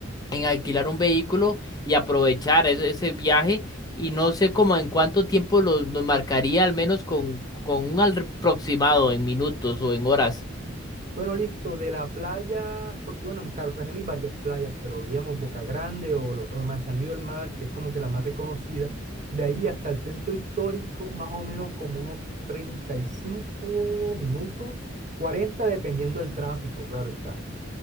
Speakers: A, on the left; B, on the right.
A: en alquilar un vehículo y aprovechar ese, ese viaje, y no sé cómo en cuánto tiempo lo- nos marcaría, al menos con, con un al- aproximado en minutos o en horas.
B: Bueno, listo, de la playa, porque bueno, en Cartagena hay varias playas, pero digamos Boca Grande o, lo- o Manzanillo del Mar, que es como que la más reconocida, de ahí hasta el centro histórico, más o menos como unos 35 minutos, 40 dependiendo del tráfico, claro está.